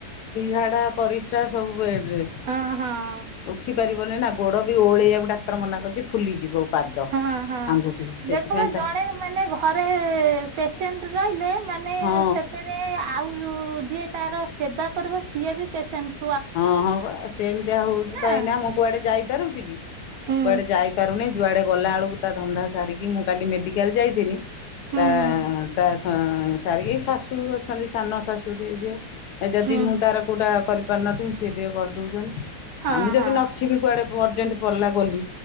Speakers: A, on the left; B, on the right.
A: ଝାଡ଼ା ପରିସ୍ରା ସବୁ ବେଡ଼ରେ।
B: ହଁ ହଁ।
A: ଉଠି ପାରିବନି ନା ଗୋଡ ବି ଓହଳେଇବାକୁ ଡାକ୍ତର ମନା କରିଛି ଫୁଲିଯିବ। ପାଦ।
B: ହଁ ହଁ
A: ଆଙ୍ଗୁଠି ସେଇଥିପାଇଁ
B: ଦେଖିନ
A: ତା
B: ଜଣେ ମାନେ ଘରେ ପେସେଣ୍ଟ ରହିଲେ ମାନେ
A: ହଁ
B: ସେତେ ଆଉ ଯିଏ ତାର ସେବା କରିବ ସିଏ ବି ପେସେଣ୍ଟ
A: ହଁ ହଁ ପା ସେମିତିଆ ହୋଉଛି
B: ନା
A: ପା ଏନା। ମୁଁ କୁଆଡେ ଯାଇପାରୁଛି କି
B: ହୁଁ
A: କୁଆଡେ ଯାଇପାରୁନି। ଯୁଆଡ଼େ ଗଲା ବେଳକୁ ତା ଧନ୍ଦା ସାରିକି ମୁଁ କାଲି ମେଡିକାଲ ଯାଇଥିଲି
B: ହୁଁ
A: ତା
B: ହୁଁ
A: ତା ହଁ ସାରିକି ଏ ଶାଶୁ ଅଛନ୍ତି ସାନ ଶାଶୁଟିଏ ଯିଏ। ଯଦି
B: ହୁଁ
A: ମୁଁ
B: ହୁଁ
A: ତାର କୋଉଟା କରି କରି ପାରିନଥିବ ସେ ଟିକେ କରିଦଉଛନ୍ତି
B: ହଁ
A: ଆଉ ମୁଁ ଯଦି
B: ହଁ
A: ନଥିବି କୁଆଡେ ଅର୍ଜେଣ୍ଟ ପଡ଼ିଲା ଗଲି